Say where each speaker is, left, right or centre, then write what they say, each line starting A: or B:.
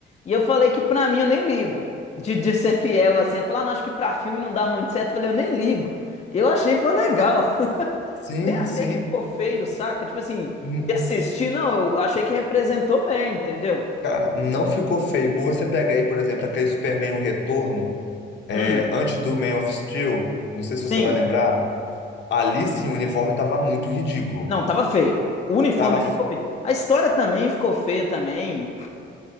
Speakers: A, on the left; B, on the left.
A: E eu falei que pra mim eu nem ligo de, de ser fiel assim. Ela falou, ah, não, acho que pra filme não dá muito certo. Eu falei, eu nem ligo. Eu achei que foi legal. <laughs>
B: Sim,
A: Nem achei
B: sim.
A: que ficou feio, saca? Tipo assim,
B: Hum,
A: de assistir, não, eu achei que representou bem, entendeu?
B: Cara, não ficou feio. Você pega aí, por exemplo, aquele Superman O Retorno, é,
A: Hum,
B: antes do Man of Steel, não sei
A: sim.
B: se você vai lembrar. Ali sim, o uniforme tava muito ridículo.
A: Não, tava feio. O uniforme
B: Tava,
A: ali ficou feio. A história também ficou feia também.